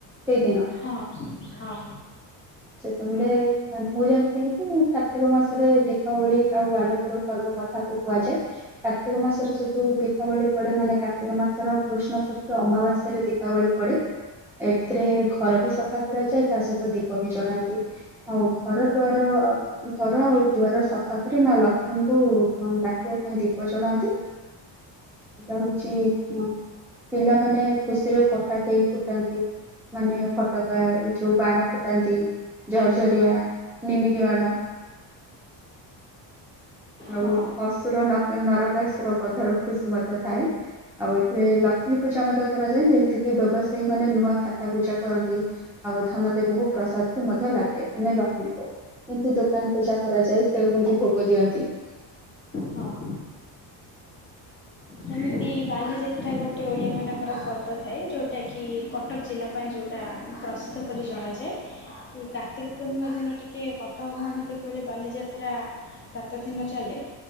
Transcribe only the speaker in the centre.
ସେଇଦିନ।
<inaudible> ସେତେବେଳେ ମାନେ ମୁଁ ଜାଣିଥିଲି କି କାର୍ତ୍ତିକ ମାସରେ ଦୀପାବଳି ଆଉ ଆଲୋକର ପର୍ବ କଥାକୁ। କୁହାଯାଏ କାର୍ତ୍ତିକ ମାସରେ ଯେତୁ ଦୀପାବଳି ପଡେ ମାନେ କାର୍ତ୍ତିକ ମାସର କୃଷ୍ଣ ପକ୍ଷ ଅମାବାସ୍ୟାରେ ଦୀପାବଳି ପଡେ। ଏଥିରେ ଘର ବି ସଫା କରାଯାଏ ତା ସହିତ ଦି ଦୀପ ବି ଜଳାନ୍ତି ଆଉ ଘର ଦୁଆର ଘର ଦୁଆର ସଫା ଆରେ ନମା ନଂସ ନା କିନ୍ତୁ ଡାକିଆ ପାଇଁ ଦୀପ ଜଳାନ୍ତି। ଏଇଟା ହଉଚି ଅ ପିଲାମାନେ ଖୁସିରେ ପଟା କେଇ ଫୁଟାନ୍ତି। ମାନେ ଫଟକା ଯୋଉ ବାଣ ଫୁଟାନ୍ତି। ଝର୍ଝରିଆ, ନିମିକି ବାଣ ଯୋଉ
ଅସୁର ନକା ନରକାସୁର ବଧର ଖୁସି ମଧ୍ୟ ଥାଏ। ଆଉ ଏଥିରେ ଲକ୍ଷ୍ମୀ ପୂଜା ମଧ୍ୟ କରାଯାଏ ଯେମିତି କିି ବ୍ୟବସାୟୀ ମାନେ ନୂଆ ଖାତା ପୂଜା କରନ୍ତି। ଆଉ ଧନଦେବଙ୍କୁ ପ୍ରସତି ମଧ୍ୟ ଲାଗେ ମାନେ ଲକ୍ଷ୍ମୀକୁ। ଏମତି ଦୋକାନ ପୂଜା କରାଯାଏ ସେଉ ବୁନ୍ଦୀ ଭୋଗ ଦିଅନ୍ତି।